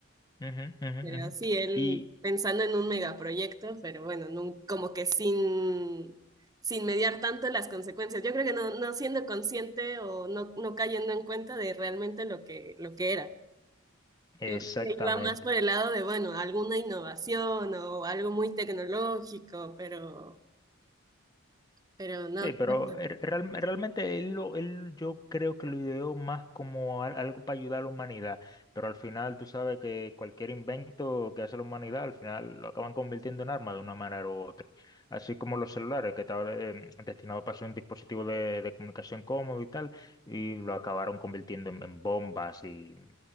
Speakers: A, on the left (about 20°); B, on the right (about 20°).
A: ujú, ujú,
B: Pero
A: ujú.
B: sí, él
A: Y
B: pensando en un megaproyecto, pero bueno, nun- como que sin, sin mediar tanto las consecuencias. Yo creo que no, no siendo consciente o no, no cayendo en cuenta de realmente lo que, lo que era.
A: exactamente.
B: Yo creo que iba más por el lado de, bueno, alguna innovación o algo muy tecnológico, pero, pero no.
A: Sí, pero
B: qué pasa.
A: er- er, real- realmente él, lo, él yo creo que lo ideó más como al- algo para ayudar a la humanidad, pero al final tú sabes que cualquier invento que hace la humanidad al final lo acaban convirtiendo en arma de una manera u otra. Así como los celulares que estaban eh, destinados para ser un dispositivo de, de comunicación cómodo y tal, y lo acabaron convirtiendo en, en bombas y...